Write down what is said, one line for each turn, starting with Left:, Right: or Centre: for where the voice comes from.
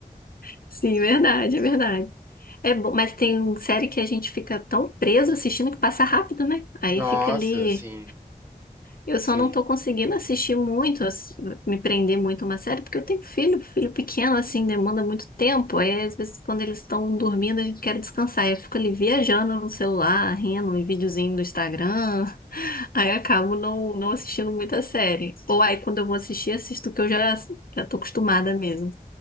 Left: <laughs> sim, verdade, é verdade. É bom, mas tem série que a gente fica tão preso assistindo que passa rápido, né? Aí
Right: Nossa,
Left: fica ali...
Right: sim,
Left: Eu
Right: sim.
Left: só não tô conseguindo assistir muito, ass- me prender muito a uma série, porque eu tenho filho, filho pequeno, assim, demanda muito tempo. Aí, às vezes, quando eles estão dormindo, a gente quer descansar. Aí eu fico ali viajando no celular, rindo, em videozinho do Instagram. <laughs> Aí eu acabo não, não assistindo muita série. Ou aí, quando eu vou assistir, assisto o que eu já, já tô acostumada mesmo.